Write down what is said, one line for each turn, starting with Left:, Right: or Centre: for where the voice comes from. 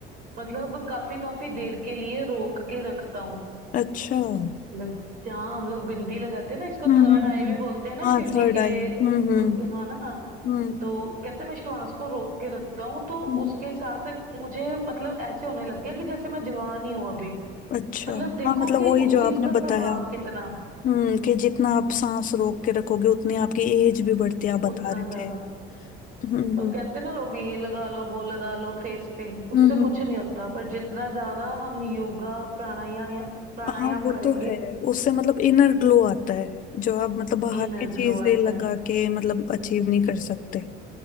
Right: मतलब काफी काफी देर के लिए रोक के रखता हूँ
Left: अच्छा हम्म
Right: मतलब जहाँ हम लोग बिंदी लगाते हैं ना इसको
Left: हम्म
Right: थर्ड
Left: हम्म।
Right: आई भी बोलते हैं ना
Left: हाँ
Right: शिव
Left: थर्ड
Right: जी के
Left: आई हम्म हम्म
Right: उ- हाँ ना
Left: हम्म।
Right: तो कहते हैं, मैं श्वास को रोक के रखता हूँ तो
Left: हम्म।
Right: उसके साथ मुझे मतलब ऐसे होने लग गया कि जैसे मैं जवान ही हूँ अभी
Left: अच्छा
Right: मतलब देखो
Left: हाँ मतलब
Right: कि
Left: वही
Right: उस
Left: जो
Right: चीज
Left: आपने
Right: का प्रभाव
Left: बताया
Right: कितना
Left: हम्म कि जितना आप सांस रोक के रखोगे उतनी आपकी एज भी बढ़ती है आप बता
Right: उतना
Left: रहे
Right: ज्यादा
Left: थे हम्म
Right: अब
Left: हम्म
Right: कहते हैं ना लोग ये लगा लो वो लगा लो फेस पे उससे
Left: हम्म हम्म।
Right: कुछ नहीं होता पर जितना ज्यादा हम योगा प्राणायाम या- प्राणायाम
Left: हाँ वो
Right: करेंगे
Left: तो है उससे मतलब इनर ग्लो आता है जो आप मतलब बाहर
Right: इनर
Left: की चीजें
Right: ग्लो आता
Left: लगा
Right: है
Left: के मतलब अचीव नहीं कर सकते